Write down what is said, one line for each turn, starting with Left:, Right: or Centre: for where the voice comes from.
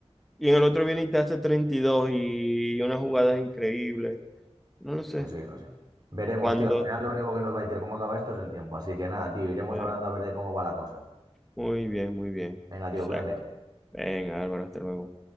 Centre: y en el otro viene y te hace 32 y dos y unas jugadas increíbles. No lo sé.
Right: pues sí, no sé. Veremos,
Centre: Cuando.
Right: tío, al final lo único que nos va a decir cómo acaba esto es el tiempo, así que nada, tío, iremos
Centre: eh,
Right: hablando a ver de cómo va la cosa.
Centre: muy bien, muy bien.
Right: Venga, tío,
Centre: Exacto.
Right: cuídate.
Centre: Ven, Álvaro, hasta luego.